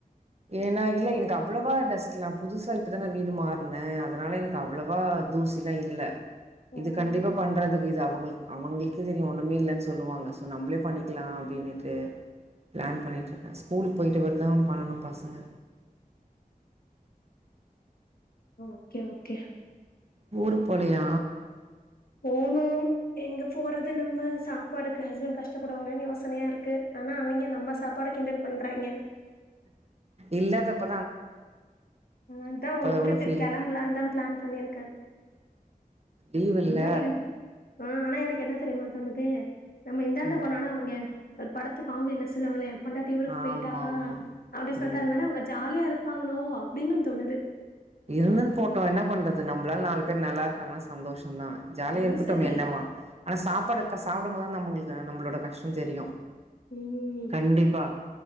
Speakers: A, on the right (about 45°); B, on the left (about 80°).
A: ஏன்னா இல்ல எனக்கு அவ்ளவா டஸ்ட்டுலா புதுசா இப்பதான நா வீடு மாற்ன அதனால எனக்கு அவ்ளவா தூசில்லா இல்ல
B: ம்.
A: இது கண்டிப்பா பண்றதுக்கு இது அவுங்ளுக் அவுங்ளுக்கு தெரியு ஒன்றுமே இல்லன் சொல்லுவாங்க ஸோ நம்ளே பண்ணிக்கலா அப்டின்னுட்டு பிளான் பண்ணிட்டுருக்க ஸ்கூலுக் போயிட்ட பேர் தா பண்ணணு பசங்க
B: ஓகே ஓகே
A: ஊருக் போலையா
B: போணு எங்க போறது நம்ம சாப்பாடுக்கு ஹஸ்பண்ட் கஷ்டப்படுவாங்களேன்னு யோசனையா இருக்கு ஆனா அவிங்க நம்ம சாப்பாட கிண்டல் பண்றாய்ங்க
A: இல்லாதப்ப
B: அதா உட்டுட்டு
A: எவ்ளோ ஃபீல்
B: கெளம்ப்லான்தா ப்ளான் பண்ணிருக்க
A: லீவ் இல்ல
B: ஆனா ஏ ஆ ஆனா எனக்கு என்ன தெரியுமா தோணுது நம்ம இந்தாண்ட
A: ம்
B: போணோனே அவிங்க ஒரு படத்து காமெடில சொல்லுவாங்களே பொண்டாட்டி ஊருக்க
A: ஆமா
B: போயிட்டா
A: ஆமா
B: அப்டி சொல்ட்டு
A: ம்
B: அது மாரி அவுங்க ஜாலியா இரு ப்பாங்களோ அப்டின்னு தோணுது
A: இருந்துன் போட்டு என்னா பண்ற து நம்ளால நால் பேர் நல்லாருக்காங்ளா சந்தோஷ் ந்தா ஜாலியா
B: அது
A: இருக்கட்டுமே
B: சரி.
A: என்னவா ஆனா சாப்பாடு கஸ் சாப்டம் போதா நம்ளுக்கு நம்பளோட கஷ்டொ தெரியு
B: ம்
A: கண்டிப்பா